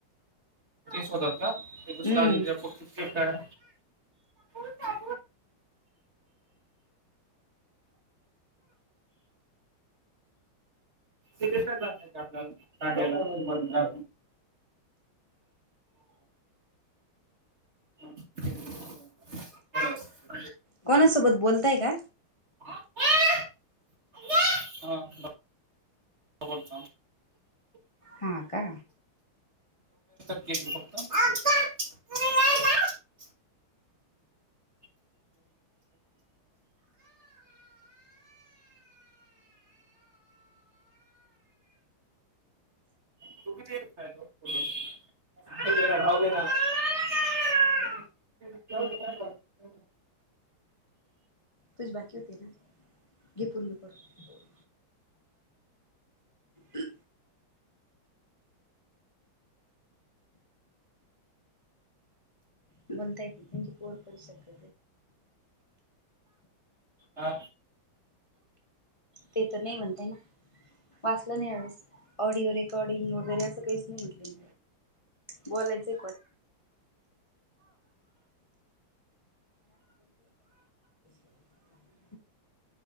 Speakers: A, on the right; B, on the left.
A: तेच होतात का? ते दुसरा
B: हम्म
A: अजून ज्यापरत काय? पा तेग आपल्याला लागायलाब ला <unintelligible>
B: कोणासोबत बोलत? ताय का?
A: हत
B: हा का?
A: <unintelligible> आ <inaudible>
B: तुच बाकी होते ना? घे पूर्ण करून. हम्. बणतय, त्यांची पोर परिसारखि
A: हा.
B: ते तर नाही म्हणतय ना? वाचलं नाही हवेस ऑडिओ रेकॉर्डिंग वगैरे असं काहीच नाही म्हटलं बोलायचं <unintelligible> बोलतो